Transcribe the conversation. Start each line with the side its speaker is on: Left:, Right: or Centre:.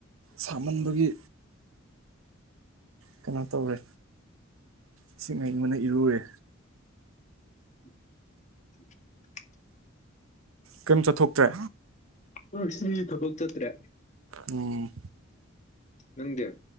Right: ꯁꯥꯃꯟꯕꯒꯤ ꯀꯩꯅꯣ ꯇꯧꯋꯦ ꯏꯁꯤꯡ ꯑꯏꯪꯕꯅ ꯏꯔꯨꯔꯦ
Left: ꯑꯟꯏꯟꯇꯦꯜꯂꯤꯖꯦꯕꯜ
Right: ꯀꯩꯝ ꯆꯠꯊꯣꯛꯇ꯭ꯔꯦ
Left: ꯉꯁꯤ ꯊꯕꯛ ꯆꯠꯇ꯭ꯔꯦ
Right: ꯑꯝ
Left: ꯅꯪꯗꯦ